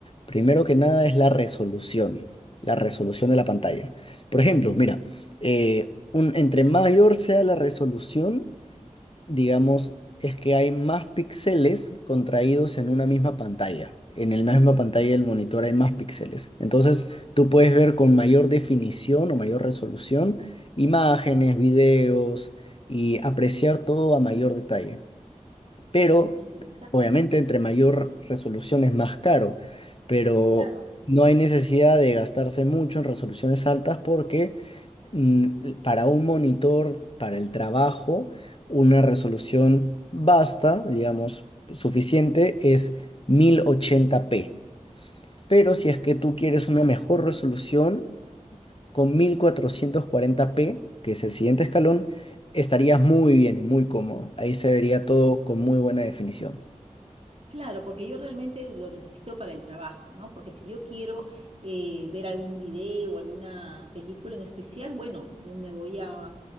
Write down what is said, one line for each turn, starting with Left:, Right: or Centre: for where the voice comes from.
Left: primero que nada es la resolución, la resolución de la pantalla. Por ejemplo, mira, eh, un, entre mayor sea la resolución, digamos, es que hay más píxeles contraídos en una misma pantalla. En la misma pantalla del monitor hay más píxeles. Entonces, tú puedes ver con mayor definición o mayor resolución imágenes, videos y apreciar todo a mayor detalle. Pero,
Right: Interesante,
Left: obviamente, entre mayor resolución es más caro, pero
Right: claro.
Left: no hay necesidad de gastarse mucho en resoluciones altas porque mm, para un monitor, para el trabajo, una resolución basta, digamos, suficiente es 1080p. Pero si es que tú
Right: Ya.
Left: quieres una mejor resolución, con 1440p, que es el siguiente escalón, estarías muy bien y muy cómodo. Ahí se vería todo con muy buena definición.
Right: Claro, porque yo realmente lo necesito para el trabajo, ¿no? Porque si yo quiero eh, ver algún video o alguna película en especial, bueno, me voy a,